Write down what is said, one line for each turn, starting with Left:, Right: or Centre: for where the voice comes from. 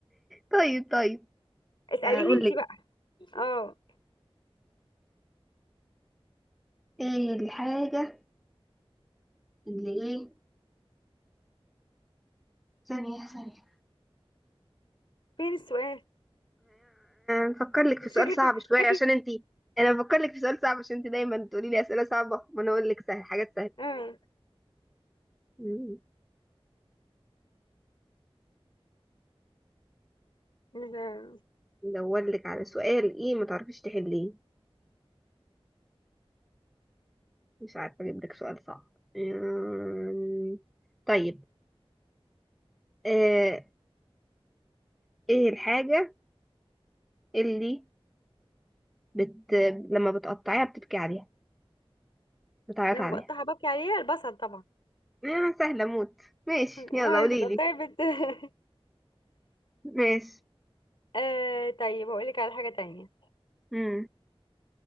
Centre: طيب طيب
Left: اسأليني
Centre: آه، قولي
Left: انت بقى اه
Centre: ايه الحاجة اللي ايه ثانية ثانية
Left: فين السؤال
Centre: بفكر لك في
Left: انت
Centre: سؤال
Left: شكلك
Centre: صعب شوية
Left: شكلك
Centre: عشان انتي انا بفكر لك في سؤال صعب عشان انتي دايما تقولي لي اسئلة صعبة وانا اقول لك سهل حاجات سهلة
Left: اه
Centre: مم.
Left: ل-
Centre: ندور لك على سؤال ايه ما تعرفيش تحليه مش عارفة اجيب لك سؤال صعب مم. طيب آه، ايه الحاجة اللي بت... لما بتقطعيها بتبكي عليها بتعيط
Left: لما
Centre: عليها
Left: بقطعها ببكي عليها البصل طبعا
Centre: آه، سهلة موت ماشي
Left: اه
Centre: يلا قولي
Left: انت بتقطعي
Centre: لي
Left: بت <laughs>
Centre: ماشي
Left: آه طيب هقول لك على حاجة تانية
Centre: مم.